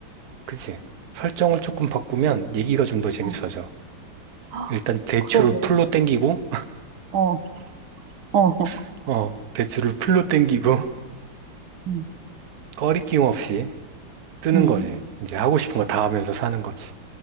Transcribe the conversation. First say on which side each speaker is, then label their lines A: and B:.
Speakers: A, on the right (about 55°); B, on the right (about 85°).
A: 그치? 설정을 조금 바꾸면 얘기가 좀 더 재밌어져.
B: 어. 아,
A: 일단 대출을
B: 그러게.
A: 풀로 땡기고,
B: 어, 어, 어.
A: <laughs> 어, 대출을 풀로 땡기고, <laughs>
B: 음,
A: 꺼리낌 없이 뜨는
B: 음.
A: 거지. 이제 하고 싶은 거 다 하면서 사는 거지.